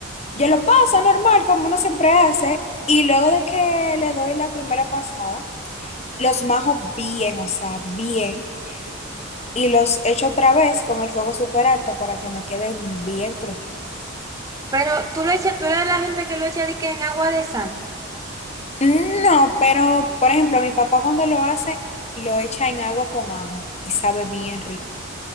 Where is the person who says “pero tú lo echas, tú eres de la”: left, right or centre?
Right